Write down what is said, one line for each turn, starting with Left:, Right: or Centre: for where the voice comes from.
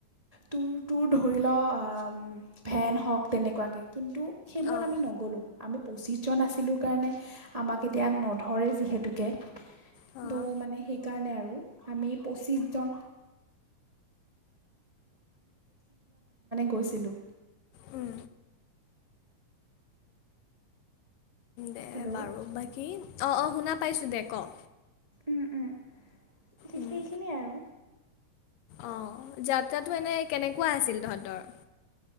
Right: তোৰ তোৰ ধৰি লোৱা বা ফেন হওক তেনেকুৱাকে কিন্তু সেইবোৰত
Left: অঁ
Right: আমি নগ'লোঁ আমি পঁচিছজন আছিলোঁ কাৰণে আমাক এতিয়া নধৰে যিহেতুকে ত'
Left: অ'
Right: মানে সেইকাৰণে আৰু আমি পঁচিশজন কৈছিলোঁ
Left: উম দে
Right: হেল্ল'
Left: বাৰু
Right: উম
Left: বাকী অঁ অঁ শুনা পাইছোঁ দে ক
Right: উম উম সেই
Left: উম,
Right: সেইখিনিয়ে আৰু
Left: অ যাত্ৰাটো এনেই কেনেকুৱা আছিল তহঁতৰ